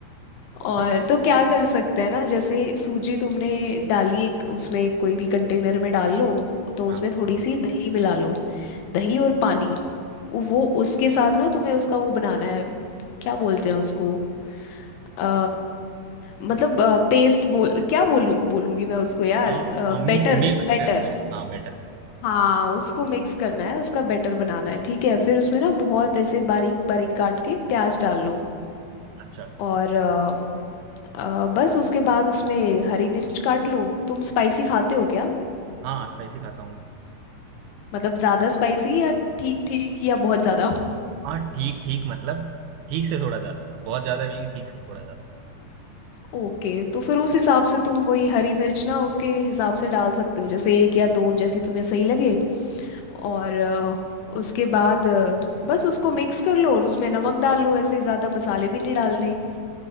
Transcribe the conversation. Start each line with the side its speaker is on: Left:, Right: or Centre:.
Right: अच्छा
Left: और तो क्या कर सकते हैं ना जैसे सूजी तुमने डाली एक उसमें कोई भी कंटेनर में डाल लो तो
Right: हाँ
Left: उसमें थोड़ी सी दही मिला लो दही और पानी उ- वो उसके साथ ना तुम्हें उसका वो बनाना है क्या बोलते हैं उसको अ, मतलब पेस्ट बोल क्या बोलूं बोलूंगी मैं उसको यार
Right: आ, आ,
Left: Better
Right: मिक्स
Left: better
Right: करना है हाँ बेटर
Left: हाँ उसको मिक्स करना है उसका बैटर बनाना है ठीक है फिर उसमें ना बहुत ऐसे बारीक बारीक काट के प्याज डाल लो
Right: अच्छा,
Left: और अ, अ, बस उसके बाद उसमें हरी मिर्च काट लो तुम स्पाइसी खाते हो क्या
Right: हाँ, स्पाइसी खाता हूँ।
Left: मतलब ज़्यादा स्पाइसी या ठीक ठीक या बहुत ज़्यादा
Right: हाँ, ठीक-ठीक मतलब ठीक से थोड़ा ज़्यादा, बहुत ज़्यादा भी नहीं, ठीक से थोड़ा ज़्यादा।
Left: ओके तो फिर उस हिसाब से तुम वही हरी मिर्च ना उसके हिसाब से डाल सकते हो जैसे एक या दो जैसी तुम्हें सही लगे और अ, उसके बाद अ, बस उसको मिक्स कर लो और उसमें नमक डाल लो ऐसे ज़्यादा मसाले भी नहीं डालने